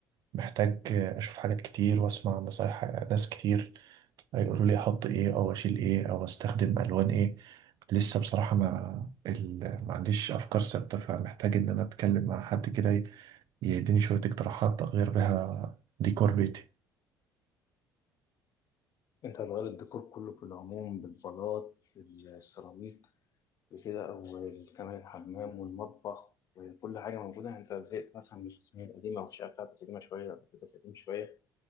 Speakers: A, on the right; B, on the left.
A: محتاج أشوف حاجات كتير وأسمع نصايح ناس كتير هيقولوا لي أحط إيه أو أشيل إيه أو أستخدم ألوان إيه لسه بصراحة ما ال... ما عنديش أفكار ثابتة فمحتاج إن أنا أتكلم مع حد كده ي- يديني شوية اقتراحات أغير بيها ديكور بيتي
B: انت هتغير الديكور كله في العموم بالبلاط بالسيراميك بكده او كمان الحمام والمطبخ وكل حاجه موجوده يعني انت زهقت مثلا من التصميم القديمه او الشقه بتاعتك قديمه شويه بتاعتك قديم شويه